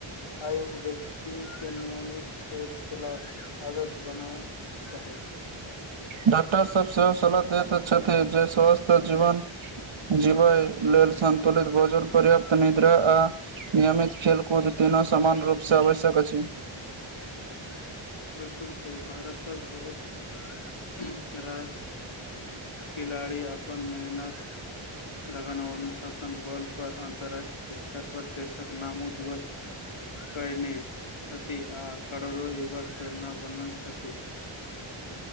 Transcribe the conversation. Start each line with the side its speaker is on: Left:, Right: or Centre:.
Left: आयुक व्यक्तिे के नियमित खेल खिलाफ आदत बनाएल चाही
Right: डॉक्टर सब सेहो सलाह दैत छथि जे स्वस्थ जीवन जीवय लेल सन्तुलित भोजन पर्याप्त निद्रा आ नियमित खेलकूद तीनू सामान्य रूप सँ आवश्यक अछि क छै
Left: <inaudible> बिलकुल से भारतक बहुत राज खिलाड़ी आपन मेहनत लगन अनुशासन बल पर अन्तर्रराष्ट्रीय स्तर पर देशक नाम उज्ज्वल कैने छथि आ कर एव प्रेरना बनल छथि